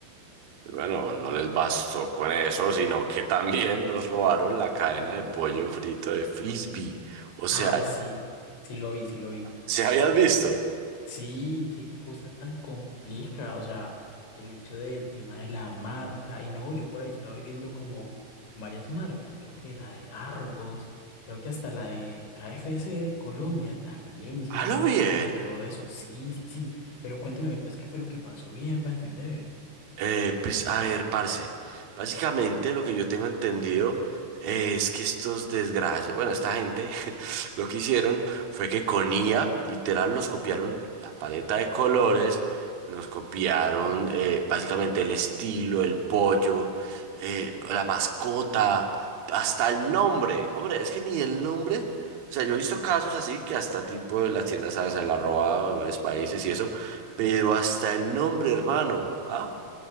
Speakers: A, on the right (about 55°); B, on the left (about 75°).
A: pues Bueno, no les bastó con eso, sino que también nos robaron la cadena de pollo frito de Frisbee. O sea,
B: Ay, sí, sí lo vi, sí lo vi.
A: si habías visto?
B: Sí, qué cosa tan compleja, o sea, el hecho del tema de la marca, y no, yo por ahí estaba viendo como varias marcas, creo que la de Argos, creo que hasta la de KFC de Colombia también hicieron
A: Halo
B: un
A: bien.
B: énfasis en todo eso, sí, sí, sí, pero cuénteme pues qué fue lo que pasó bien para entender.
A: Eh, pues a ver, parce. Básicamente lo que yo tengo entendido eh, es que estos desgracias, bueno, esta gente <laughs> lo que hicieron fue que con IA, literal, nos copiaron la paleta de colores, nos copiaron eh, básicamente el estilo, el pollo, eh, la mascota, hasta el nombre. Hombre, es que ni el nombre. O sea, yo he visto casos así que hasta tipo de las tiendas ¿sabes? se la han robado en varios países y eso, pero hasta el nombre, hermano, ¿ah?